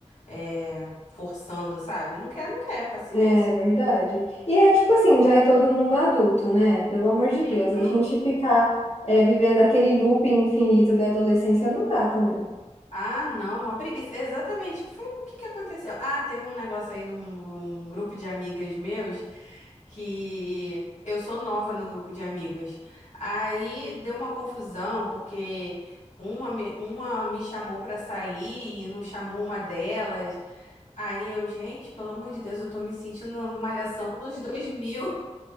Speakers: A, on the left; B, on the left.
A: é, forçando, sabe? Não quer, não quer, paciência.
B: é verdade. E é tipo assim, já é todo mundo adulto, né? Pelo amor de Deus,
A: Uhum.
B: a gente ficar é, vivendo aquele looping infinito da adolescência não dá também.
A: Ah, não, uma preguiça. Exatamente. Foi o que que aconteceu? Ah, teve um negócio aí de um, um grupo de amigas meus que eu sou nova no grupo de amigas. Aí deu uma confusão porque uma me, uma me chamou pra sair e não chamou uma delas. Aí eu, gente, pelo amor de Deus, eu tô me sentindo numa malhação nos 2000.